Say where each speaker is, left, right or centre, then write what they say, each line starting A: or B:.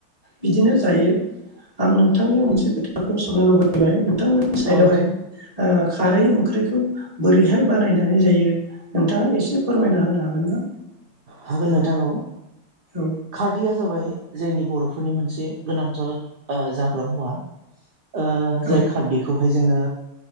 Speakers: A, on the right; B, on the right.
A: बिदिनो जायो आं नोंथांनियाव मोनसे खोथाखौ सोंनो लुबैबाय बिथांमोननि साइदआवहाय
B: औ नोंथां
A: खारै ओंख्रिखौ बोरैहाय बानायनानै जायो। नोंथाङा एसे फोरमायना होनो हागोन ना?
B: हागोन नोंथां औ
A: औ
B: खारदैया जाबाय जोंनि बर'फोरनि मोनसे गोनांथार ओ जाग्रा मुवा ओ
A: औ
B: जाय खारदैखौहाय जोङो